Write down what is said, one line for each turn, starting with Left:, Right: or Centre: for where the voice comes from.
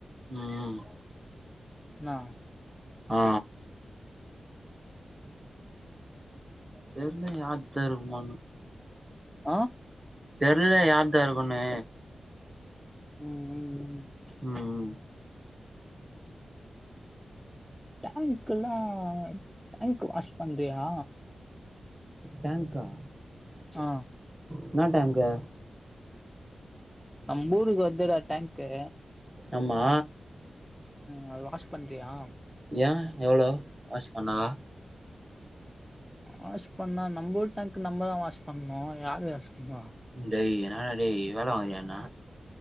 Right: ம் ம்
Centre: இன்னா
Right: ஆ தெர்ல யார்தா இருக்குமானு
Centre: அ
Right: தெர்ல யார்தா இருக்கோன்னு
Centre: உம் உம் உம்
Right: ம் ம்
Centre: டேங்குல்லா டேங்கு வாஷ் பண்றீயா
Right: டேங்கா
Centre: ஆ
Right: என்ன டேங்க்கு
Centre: நம் ஊருக்கு வர்துடா டாங்க்கு
Right: ஆம்மா
Centre: ம் அது வாஷ் பண்றயா
Right: ஏன் எவ்ளோ வாஷ் பண்ணா
Centre: வாஷ் பண்ணா நம்ப ஊர் டேங்க்கு நம்மதா வாஷ் பண்ணு யாரு வாஷ் பன்னுவா
Right: டேய் என்னடா டேய் வேல வாங்குறியா என்ன